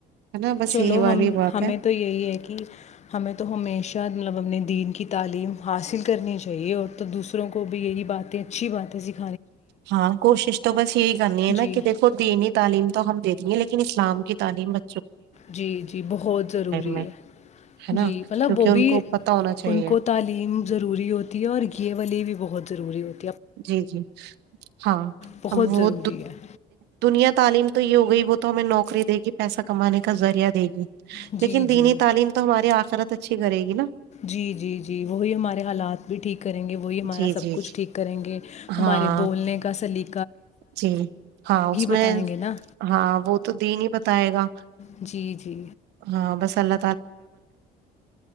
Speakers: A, on the right; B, on the left.
A: ہے نا بس
B: چلو
A: یہی والی
B: ہم
A: بات
B: ہمیں
A: ہے
B: تو یہی ہے کہ ہمیں تو ہمیشہ مطلب اپنے دین کی تعلیم حاصل کرنی چاہیے اور تو دوسروں کو بھی یہی باتیں اچھی باتیں سیکھ
A: ہاں کوشش تو بس یہی کرنی
B: جی
A: ہیںا کہ دیکھو دین تعلیم تو دے دی ہیں لیکن اسلام کی تعلیم میں
B: جی جی بہت ضروری
A: میں
B: ہے
A: ہے نا
B: جی مطلب
A: کیونکہ
B: وہ
A: ان
B: بھی
A: کو پتا ہونا چاہیے
B: ان کو تعلیم ضروری ہوتی ہے اور گیے والی بھی بہت روری ہوتا
A: جی جی ہاں
B: بہت
A: ا وہ
B: ضروری ہے
A: دنیا تعلیم تو یہ ہو گئی وہ تو ہمیں نوکری دے گی پیسہ کمان کا ذریعہ دے گی
B: جی
A: لیکن دینی
B: جی
A: تعلیم تو ہماراری آخرت اچھی کرے گی نہ
B: جی جی جی وہی ہمارے حالات بھی ٹھیک کریں گے وہی ہمارا
A: جی
B: سب
A: جی
B: کچھ
A: جی
B: ٹھیک کریں گے ہمارے
A: ہاں
B: بولنے کا سلی
A: جی ہاں اس میں
B: بتائیں گے نا
A: ہاں وہ تو د نہیں بتائے گا
B: جی جی
A: ہاں بس اللہ